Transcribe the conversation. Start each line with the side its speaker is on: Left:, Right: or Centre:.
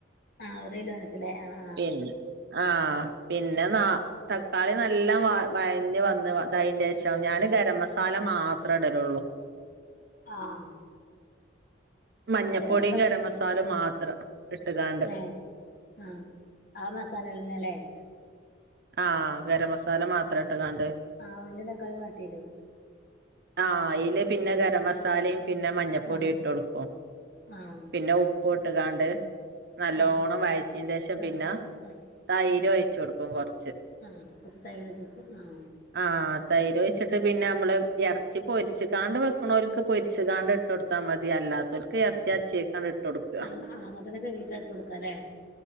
Left: ആഹ് ഒരു കിലോന്ക്ക്ലേ ആ ആഹ്.
Right: ശരി ആഹ് പിന്നെ ന്ന തക്കാളി നല്ലവ വഴഞ്ഞഞ് വന്ന് തയ്യെന്റെഷം അതിന്റെറെ ശേഷം ഞാൻ ഗരം മസാല മാത്രം ഇടലൊള്ളൂ.
Left: ആഹ്.
Right: മഞ്ഞപ്പൊടിം
Left: ഗരം മസാല
Right: ഗരമസാലും മാത്രം ഇട്ട്കാണ്ട്.
Left: ഏഹ് ആഹ് ആ മസാലന്നെലേ?
Right: ആ. ഗരംമസാല മാത്രട്ട് കാണ്ട്
Left: ആഹ് ഉള്ളീം തക്കാളീം വാട്ടിയത്
Right: ആ ഈ ൽ പിന്നെ ഗരം മസാലിം പിന്നെ മഞ്ഞപ്പൊടിം
Left: ആഹ്
Right: ഇട്ട് കൊടുക്കും
Left: ആഹ്
Right: പിന്നെ ഉ പ്പ് ഇട്ട്കാണ്ട്. നല്ലോണ്ണം
Left: ആഹ്
Right: വഴച്ചിന്റെ ശേഷം
Left: വഴറ്റി
Right: പിന്നെ
Left: ആഹ്
Right: തൈര് ഒഴിച്ചു കൊടുക്കും കൊറച്ച്.
Left: ആഹ കൊറച്ച് തൈ വെച്ചടുക്കും ആഹ.
Right: ആഹ് തൈര് വെച്ചിട്ട് പിന്നെ നമ്മള് എറച്ചി പൊരിച്ച്കാണ്ട് വെക്ക്ണോൽക്ക് പൊരി ച്ച്കാണ്ട് ഇട്ട്ടുത്തൽ മതി അല്ലാതോൽക്ക് എറച്ചി അച്ചിയെക്കാണ്ട് ഇട്ട് കൊടുക്കുക
Left: അങ്ങഅ അങ്ങനത്തനൊക്കെ കൈക്കീട്ട് ഇട്ട് കൊടുക്കാല്ലേ.